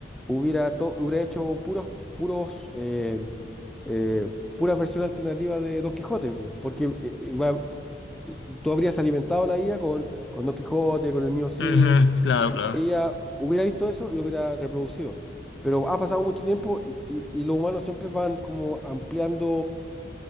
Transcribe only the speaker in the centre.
hubiera, to- hubiera hecho puros, puros, eh, eh, pura versión alternativa de Don Quijote, po, porque eh, eh, va- eh, tú habrías alimentado la IA con, con Don Quijote, con el mío Cid,
y
la IA hubiera visto eso y lo hubiera reproducido. Pero ha pasado mucho tiempo y, y- y los humanos siempre van como ampliando